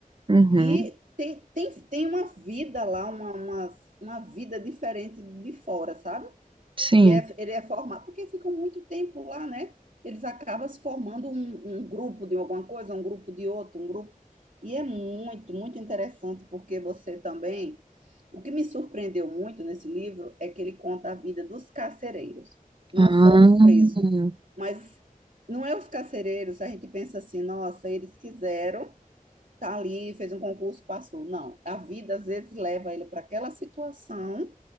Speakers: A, on the right; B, on the right.
A: Uhum.
B: e tem, tem, tem uma vida lá, uma, uma, uma vida diferente de fora, sabe?
A: Sim.
B: Que é, ele é formado, porque ficam muito tempo lá, né? Eles acabam se formando um, um grupo de alguma coisa, um grupo de outro, um grupo. E é muito, muito interessante, porque você também. O que me surpreendeu muito nesse livro é que ele conta a vida dos carcereiros, não
A: Ah.
B: só dos presos. Mas não é os carcereiros, a gente pensa assim, nossa, eles quiseram tá ali, fez um concurso, passou. Não, a vida às vezes leva ele para aquela situação